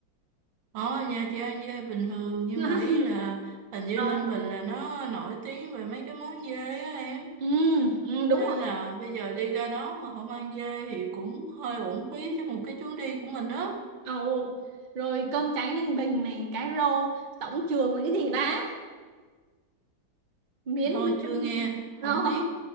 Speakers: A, on the right (about 80°); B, on the right (about 40°).
A: Ở nhà chị ăn dê bình thường, nhưng
B: <laughs>
A: mà ý là hình như
B: rồi
A: Ninh Bình là nó nổi tiếng về mấy cái món dê á em.
B: ừ, ừ đúng
A: Nên
B: rồi
A: là bây giờ đi ra đó mà không ăn dê thì cũng hơi uổng phí cho một cái chuyến đi của mình đó.
B: Ồ, rồi cơm tráng ninh bình này cá rô tổng trường là cái gì ta miến lươn
A: Thôi chưa nghe,
B: Ờ,
A: không biết.